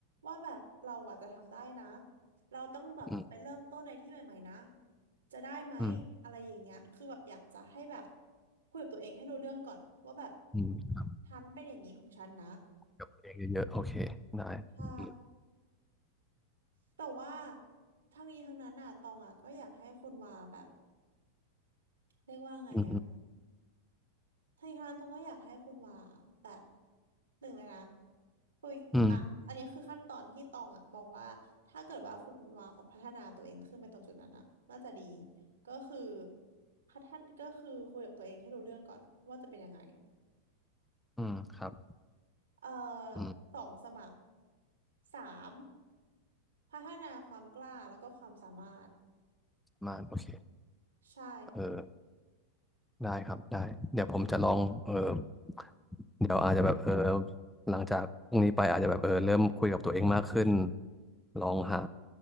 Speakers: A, on the right; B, in the centre.
A: ว่าแบบเราอาจจะทำได้นะเราต้องแบบไปเริ่มต้นในที่ใหม่ๆนะ
B: อืม
A: จะได้ไหมอะไรอย่างเงี้ยคือแบบอยากจะให้แบบ
B: อืม
A: คุยกับตัวเองให้รู้เรื่องก่อนว่าแบบ
B: อืม
A: ฉันเป็นอย่างนี้ของฉันนะ
B: กับเพลงเยอะๆโอเคได้อืม
A: ใช่แต่ว่าทั้งนี้ทั้งนั้นอ่ะตองอ่ะก็อยากให้คุณวาแบบเรียกว่าไงอ่ะ
B: อืมอืม
A: ทางนี้ต้องก็อยากให้คุณว่าแบบหนึ่งเลยนะคุยอ่ะอันนี้คือขั้นตอนที่ตองอ่ะมองว่าถ้าเกิดว่าคุณว่าแบบพัฒนาตัวเองขึ้นไปตรงจุดนั้นอ่ะน่าจะดี
B: อืม
A: ก็คือพัฒนก็คือคุยกับตัวเองให้รู้เรื่องก่อนว่าจะเป็นยังไง
B: อืมครับ
A: เอ่อ
B: อืม
A: สองสมัครสามพัฒนาความกล้าแล้วก็ความสามารถ
B: มาโอเค
A: ใช่
B: เออได้ครับได้เดี๋ยวผมจะลองเออเดี๋ยวอาจจะแบบเออหลังจากพรุ่งนี้ไปอาจจะแบบเออเริ่มคุยกับตัวเองมากขึ้น ลองหา